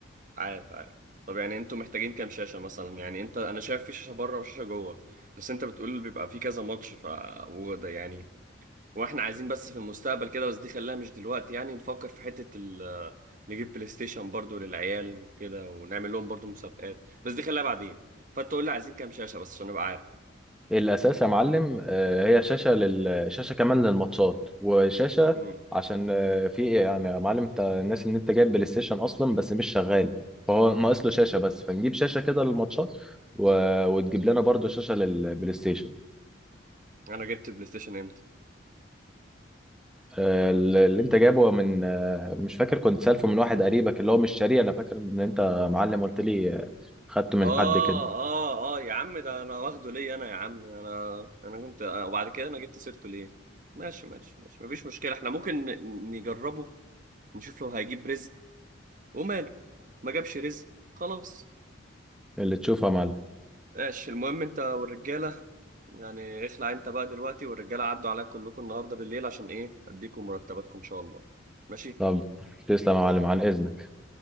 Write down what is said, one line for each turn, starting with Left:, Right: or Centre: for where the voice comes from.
Right: عارف عارف طب يعني انتوا محتاجين كام شاشه مثلا يعني انت انا شايف في شاشه بره وشاشه جوه بس انت بتقول بيبقى في كذا ماتش ف وده يعني واحنا عايزين بس في المستقبل كده بس دي خلاها مش دلوقتي يعني نفكر في حتة ال آه، نجيب بلاي ستيشن برضو للعيال وكده ونعمل لهم برضو مسابقات بس دي خلاها بعدين فانت قول لي عايزين كام شاشة بس عشان ابقى عارف
Centre: الاساس يا معلم آه، هي شاشه لل شاشه كمان للماتشات وشاشه
Right: امم
Centre: عشان آه، في إيه يعني يا معلم انت الناس ان انت جايب بلاي ستيشن اصلا بس مش شغال فهو ناقص له شاشه بس فنجيب شاشه كده للماتشات و... وتجيب لنا برضو شاشه للبلاي ستيشن
Right: انا جبت البلاي ستيشن امتى
Centre: آه، اللي انت جايبه من آه، مش فاكر كنت سالفه من واحد قريبك اللي هو مش شاريه انا فاكر ان انت يا معلم قلت لي آه، خدته
Right: اه
Centre: من حد كده
Right: اه اه يا عم ده انا واخده ليه انا يا عم انا انا كنت آه، وبعد كده انا جبت سيرته ليه ماشي ماشي ماشي مفيش مشكلة احنا ممكن ن- نجربه نشوف لو هيجيب رزق وماله ما جابش رزق خلاص
Centre: اللي تشوفه يا معلم
Right: ماشي المهم انت والرجالة يعني اخلع انت بقى دلوقتي والرجاله عدوا عليا كلكم النهارده بالليل عشان ايه اديكم مرتباتكم ان شاء الله ماشي
Centre: طب تسلم يا معلم عن اذنك